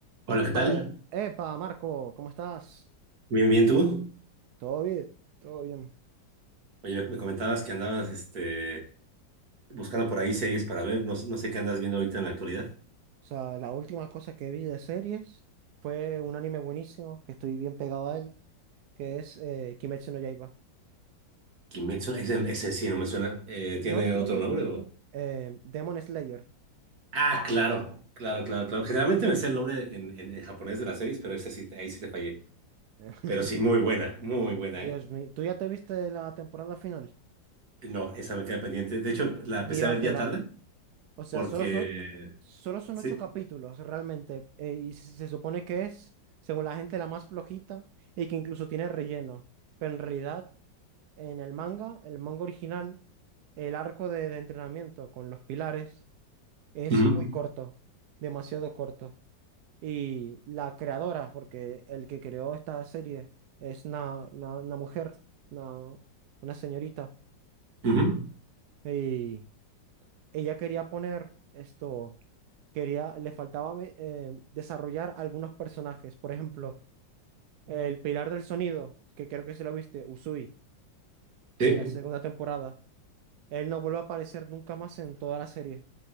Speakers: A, on the right; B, on the right.
A: Hola, ¿qué tal?
B: Vale, epa, Marco, ¿cómo estás?
A: Bien, bien, ¿tú?
B: ¿Todo bien? Todo bien.
A: Oye, me, me comentabas que andabas este, buscando por ahí series para ver. No, no sé qué andas viendo ahorita en la actualidad.
B: O sea, la última cosa que vi de series fue un anime buenísimo, que estoy bien pegado a él, que es eh, Kimetsu no Yaiba.
A: Kimetsu, ese, ese sí no me suena. Eh,
B: Eh, No,
A: ¿tiene
B: no
A: otro
B: te-
A: nombre o...?
B: eh, Demon Slayer.
A: Ah, claro, claro, claro, claro. Generalmente me sé el nombre en, en, en japonés de las series, pero esa sí, ahí sí te fallé.
B: <laughs>
A: Pero sí, muy buena, muy buena,
B: Dios
A: ¿eh?
B: mío, ¿tú ya te viste la temporada final?
A: No, esa me queda pendiente. De hecho, la
B: Míratela.
A: empecé a ver ya tarde
B: O sea,
A: porque...
B: solo son, solo son
A: Sí.
B: ocho capítulos realmente. eh, y se, se supone que es, según la gente, la más flojita y que incluso tiene relleno. Pero en realidad, en el manga, el manga original, el arco de, de entrenamiento con los pilares es
A: Ujú,
B: muy corto, demasiado corto. Y la creadora, porque el que creó esta serie es una, una, una mujer, una, una señorita.
A: ujú,
B: Y ella quería poner esto. quería, le faltaba me- eh, desarrollar algunos personajes. Por ejemplo, el Pilar del Sonido, que creo que se lo viste, Usui,
A: Sí.
B: en la segunda temporada. Él no vuelve a aparecer nunca más en toda la serie,